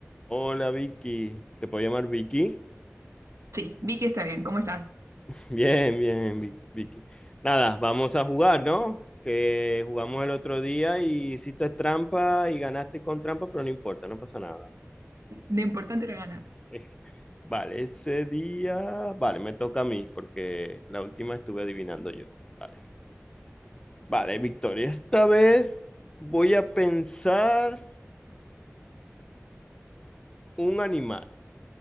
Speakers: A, on the left; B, on the right.
A: Hola Vicky, ¿te puedo llamar Vicky?
B: Sí, vi que está bien. ¿Cómo estás?
A: <laughs> Bien, bien, Vi- Vicky. Nada, vamos a jugar, ¿no? Que jugamos el otro día y hiciste trampa y ganaste con trampa, pero no importa, no pasa nada.
B: Lo importante era ganar.
A: <laughs> Vale, ese día, vale, me toca a mí porque la última estuve adivinando yo. Vale, vale, Victoria, esta vez voy a pensar un animal,